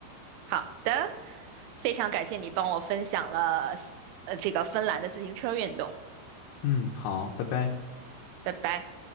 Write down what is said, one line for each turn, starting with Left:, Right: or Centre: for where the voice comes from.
Right: 好的，非常感谢你帮我分享了呃这个芬兰的自行车运动，
Left: 嗯，好，拜拜。
Right: 拜拜。